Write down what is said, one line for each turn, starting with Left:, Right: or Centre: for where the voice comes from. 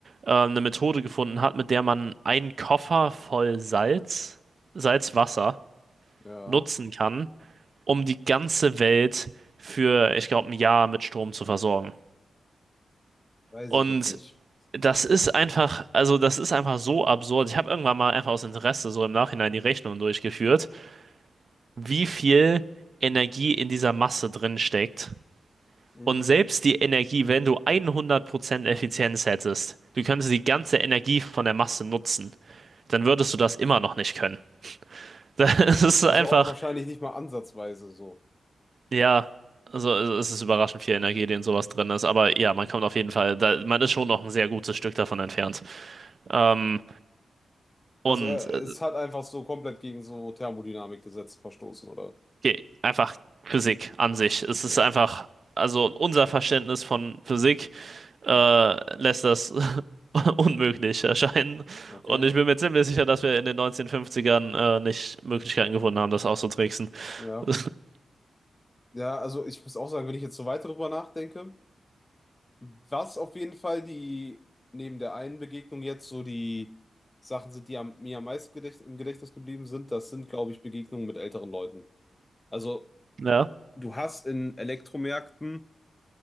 Right: äh, eine Methode gefunden hat, mit der man einen Koffer voll Salz, Salzwasser
Left: ja,
Right: nutzen kann, um die ganze Welt für, ich glaube, ein Jahr mit Strom zu versorgen.
Left: weiß
Right: Und
Left: ich jetzt nicht.
Right: das ist einfach, also das ist einfach so absurd. Ich habe irgendwann mal einfach aus Interesse so im Nachhinein die Rechnung durchgeführt, wie viel Energie in dieser Masse drin steckt.
Left: Mhm.
Right: Und selbst die Energie, wenn du 100% Effizienz hättest, du könntest die ganze Energie von der Masse nutzen, dann würdest du das immer noch nicht können. <laughs> Das ist
Left: Also
Right: einfach,
Left: auch wahrscheinlich nicht mal ansatzweise so.
Right: ja, also es ist überraschend viel Energie, die in sowas drin ist. Aber ja, man kommt auf jeden Fall, da, man ist schon noch ein sehr gutes Stück davon entfernt. Ähm, und
Left: Also er,
Right: äh,
Left: es hat einfach so komplett gegen so Thermodynamikgesetz verstoßen, oder?
Right: Ge- einfach Physik an sich. Es ist
Left: Ja.
Right: einfach, also unser Verständnis von Physik äh, lässt das <laughs> unmöglich erscheinen.
Left: Okay,
Right: Und ich bin mir ziemlich sicher, dass wir in den 1950ern äh, nicht Möglichkeiten gefunden haben, das auszutricksen.
Left: ja.
Right: <laughs>
Left: Ja, also ich muss auch sagen, wenn ich jetzt so weiter drüber nachdenke, was auf jeden Fall die, neben der einen Begegnung jetzt so die Sachen sind, die am, mir am meisten gedächt, im Gedächtnis geblieben sind, das sind, glaube ich, Begegnungen mit älteren Leuten. Also
Right: Ja,
Left: du hast in Elektromärkten